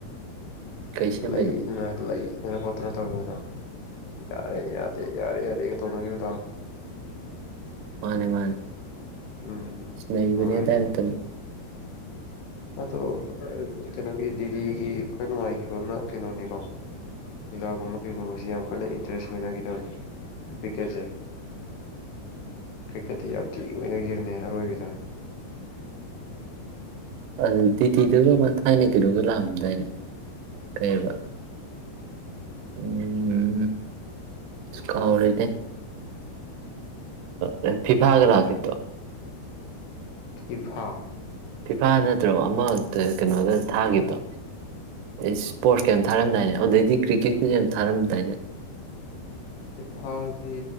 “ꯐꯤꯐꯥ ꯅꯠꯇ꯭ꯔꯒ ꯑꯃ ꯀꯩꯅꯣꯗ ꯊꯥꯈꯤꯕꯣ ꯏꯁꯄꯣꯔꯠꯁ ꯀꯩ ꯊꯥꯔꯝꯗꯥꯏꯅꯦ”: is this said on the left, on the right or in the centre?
Right